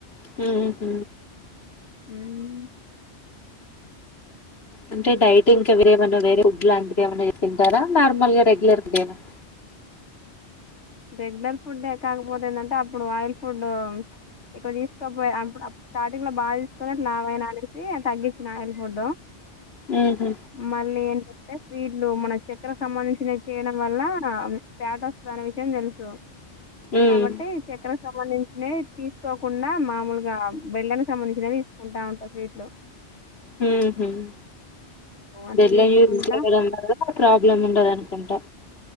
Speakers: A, on the left; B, on the left.
A: హమ్
B: ఆమ్
A: అంటే డైటింగ్ ఇంకా ఎవరేమైనా వేరే ఫుడ్ లాంటిది ఏమన్నా తింటారా నార్మల్ గా regular food Dena
B: <inaudible> regular food యే కాకపోతే ఏంటంటే అప్పుడు ఆయిల్ ఫుడ్ ఎక్కువ తీసుకోక పోయే స్టార్టింగ్ లో బాగా తీసుకోని లావు అయిన అనేసి తగ్గించిన ఆయిల్ ఫుడ్డు
A: ఉహు
B: మళ్ళీ ఏ అంటే స్వీట్లు మన చక్కెరకు సంబంధించినవి చేయడం వల్ల ఫ్యాట్ వస్తాది విషయం తెలుసు
A: ఉమ్
B: కాబట్టి చెక్కరకు సంబంధించినది తీసుకోకుండా మామూలుగా బెల్లానికి సంబంధించినవి తీసుకుంటా ఉంటా స్వీట్లు
A: హమ్ హమ్
B: అట్లా
A: బెల్లం
B: తీసుకుంటా
A: యూజ్ చేయడం వల్ల ప్రాబ్లం ఉండదు అనుకుంటా